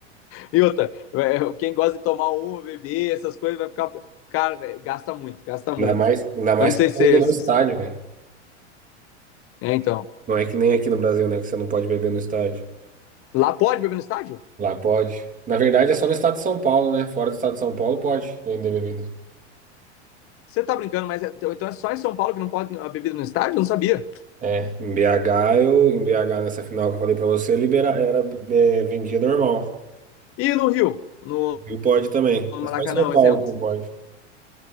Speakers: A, on the left (about 40°); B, on the right (about 20°).
A: E outra, é, quem gosta de tomar uma, beber, essas coisas, vai ficar. Cara, velho, gasta muito, gasta muito.
B: Ainda mais, ainda mais
A: Eu não sei
B: que
A: se. É,
B: é no
A: se-
B: estádio, velho.
A: É, então.
B: Não é que nem aqui no Brasil, né? Que você não pode beber no estádio.
A: Lá pode beber no estádio?
B: Lá pode. Na verdade, é só no estado de São Paulo, né? Fora do estado de São Paulo pode vender bebida.
A: Você tá brincando, mas é- então então é só em São Paulo que não pode a bebida no estádio? Eu não sabia.
B: É, em BH, eu, em BH, nessa final que eu falei pra você, libera, era, é, vendia normal.
A: E no Rio? No,
B: E pode também.
A: no
B: É
A: Maracanã,
B: só em São
A: um
B: Paulo
A: exemplo.
B: que não pode.